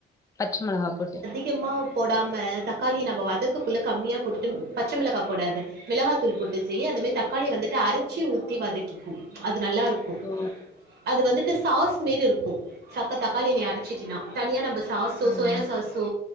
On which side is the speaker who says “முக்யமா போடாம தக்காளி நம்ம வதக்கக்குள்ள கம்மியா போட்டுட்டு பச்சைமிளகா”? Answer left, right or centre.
Right